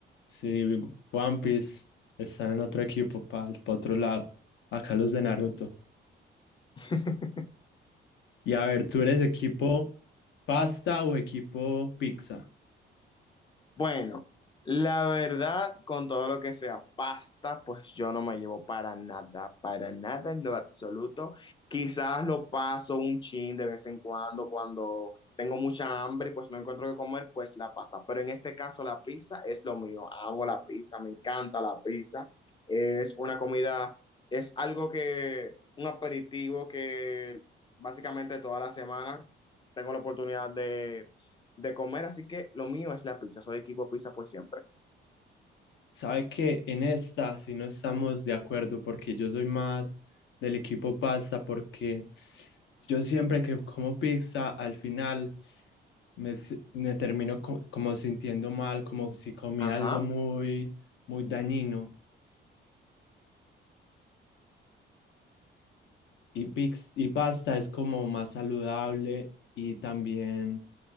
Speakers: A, on the left; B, on the left.
A: Sí, One Piece está en otro equipo, para otro lado. Acá los de Naruto.
B: <laughs>
A: Y a ver, ¿tú eres equipo pasta o equipo pizza?
B: Bueno, la verdad, con todo lo que sea pasta, pues yo no me llevo para nada, para nada en lo absoluto. Quizás lo paso un chin de vez en cuando, cuando tengo mucha hambre y pues no encuentro qué comer, pues la pasta. Pero en este caso, la pizza es lo mío. Amo la pizza, me encanta la pizza. Es una comida, es algo que, un aperitivo que básicamente toda la semana tengo la oportunidad de de comer, así que lo mío es la pizza, soy equipo pizza por siempre.
A: Sabe que en esta sí no estamos de acuerdo porque yo soy más del equipo pasta porque yo siempre que como pizza al final me, s- me termino co- como sintiendo mal, como si comí algo
B: Ajá.
A: muy, muy dañino. Y, pix- y pasta es como más saludable y también